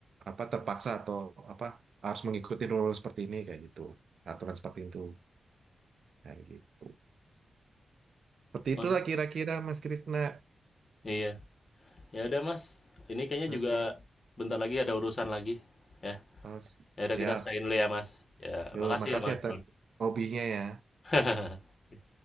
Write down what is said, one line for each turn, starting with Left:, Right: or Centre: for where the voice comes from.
Right: apa terpaksa atau apa harus mengikuti rule seperti ini kayak gitu aturan seperti itu kayak gitu. Seperti
Left: oh,
Right: itulah kira-kira Mas Krisna.
Left: iya. Ya udah Mas, ini kayaknya
Right: Oke,
Left: juga bentar lagi ada urusan lagi. Ya,
Right: Oh, s-
Left: ya
Right: siap.
Left: udah kita sign dulu ya Mas. Ya,
Right: Yuk,
Left: makasih
Right: makasih
Left: ya Mas.
Right: atas hobinya ya.
Left: <laughs>